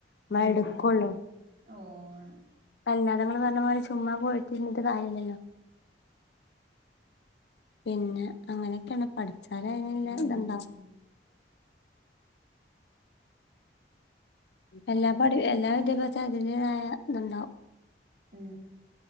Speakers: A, on the left; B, on the right.
A: മടുക്കൊള്ളൂ.
B: ഉം ഓ ആണ്.
A: കല്യാണങ്ങൾ പറഞ്ഞ പോലെ ചുമ്മാ പോയിട്ടിരുന്നിട്ട് കാര്യമില്ല അല്ലോ, പിന്നെ അങ്ങനെയൊക്കെയാണ് പഠ <unintelligible> അയിനല്ല
B: ഉം
A: ഇണ്ടാവ <inaudible> എല്ലാ പഠ എല്ലാ വിദ്യാഭ്യാസതിനും അതിൻേതായ ഇത്ണ്ടാവും.
B: ഏ....